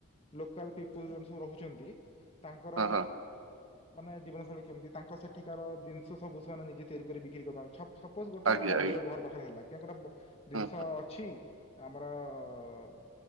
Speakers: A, on the left; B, on the right.
A: ଲୋକାଲ ପିପୁଲ ଯୋଉମାନେ ସବୁ ରହୁଛନ୍ତି। ତାଙ୍କର
B: ହଁ ହଁ
A: ମାନେ ଜୀବନଶୈଳୀ କେମିତି ତାଙ୍କ ସେଠିକାର ଜିନିଷ ସବୁ ସେମାନେ ନିଜେ ତିଆରି କରି ବିକ୍ରି କରବା ଛ ସପୋଜ ଗୋଟେ
B: ଆଜ୍ଞା
A: ମନ୍ଦିର
B: ଆଜ୍ଞା
A: ଘର ପାଖରେ ହେଲା କିଆଁ ମୋ ଜିନିଷ
B: ହୁଁ
A: ଅଛି। ଆମର ଅ ଉଁ